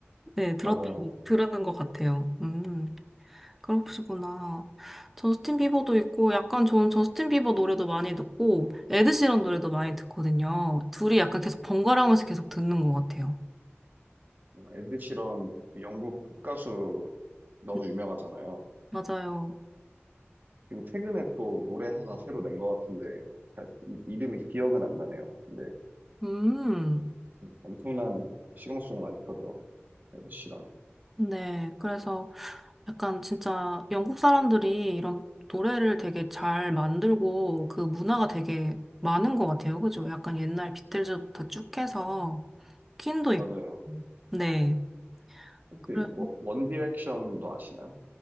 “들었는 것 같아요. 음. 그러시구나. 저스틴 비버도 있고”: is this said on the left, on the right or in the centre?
Centre